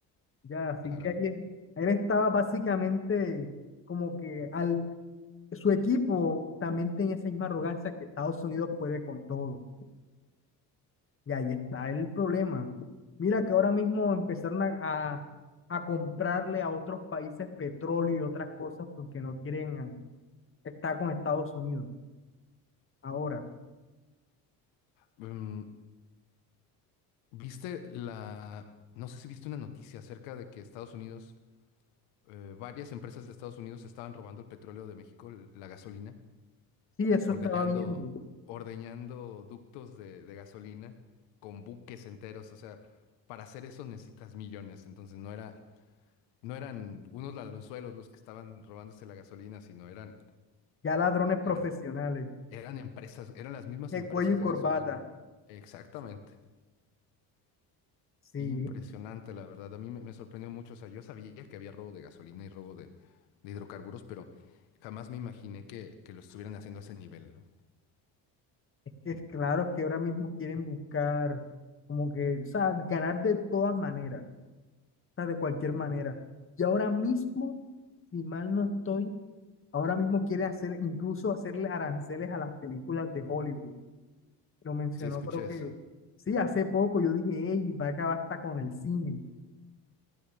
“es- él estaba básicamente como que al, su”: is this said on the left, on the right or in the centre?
Left